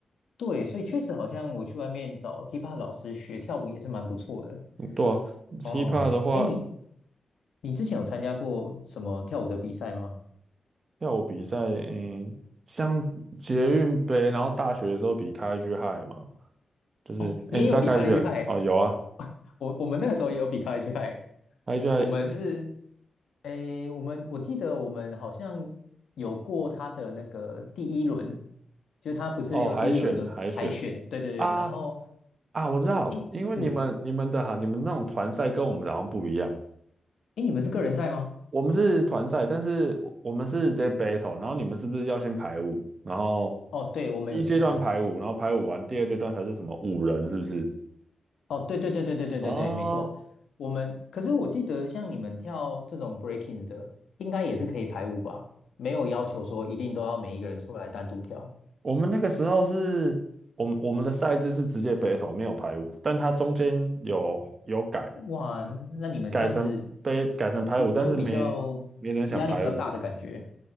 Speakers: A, on the left (about 80°); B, on the right (about 50°).
A: 对，所以确实好像我去外面找 hiphop 老师学跳舞也是蛮不错的。
B: 嗯对啊，hip
A: 哦，
B: hop 的话。
A: 哎，你你之前有参加过什么跳舞的比赛吗？
B: 跳舞比赛，嗯，像捷运杯，然后大学的时候比开 G h i 嘛，就是，
A: 哦，
B: 哎，
A: 你也有比卡利去派？
B: 你知道开 G h 哦，有啊，
A: <laughs> 欸，我我们那个时候也有比卡利去派。欸，
B: 开 G h
A: 我们是，哎，我们我记得我们好像有过他的那个第一轮，就是他不是有第一轮的海选，
B: 哦，海选海选
A: 对对对，
B: 啊
A: 然后，
B: 啊，我知道，
A: 哎，
B: 因为你们你们的哈，
A: 嗯，
B: 你们那种团赛跟我们的好像不一样，
A: 哎，你们是个人赛吗？
B: 我们是团赛，但是我我们是直接 battle，然后你们是不是要先排舞，然后
A: 哦，对，我们有限排舞。
B: 第一阶段排舞，然后排舞完第二阶段才是什么五人，是不是？
A: 哦，对对对对对对对对，
B: 哦
A: 没错。我们可是我记得，像你们跳这种 breaking 的，应该也是可以排舞吧？没有要求说一定都要每一个人出来单独跳。
B: 我们那个时候是，我们我们的赛制是直接 battle，没有排舞，但它中间有有改，
A: 哇，那你们这样子
B: 改成杯改成排舞，
A: 比就比较压力比较大的感觉，
B: 但是没没人想排舞，